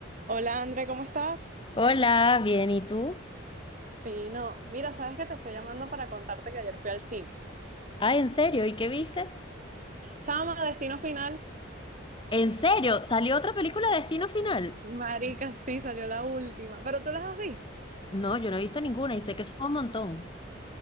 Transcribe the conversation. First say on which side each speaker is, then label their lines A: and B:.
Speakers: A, on the right; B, on the left.
A: Hola André, ¿cómo estás?
B: Hola, bien, ¿y tú?
A: Fino. Mira, sabes que te estoy llamando para contarte que ayer fui al cine.
B: Ah, ¿en serio? ¿Y qué viste?
A: Chama, Destino Final.
B: ¿En serio? ¿Salió otra película de Destino Final?
A: Marica, sí, salió la última. Pero tú las has visto.
B: No, yo no he visto ninguna y sé que son un montón.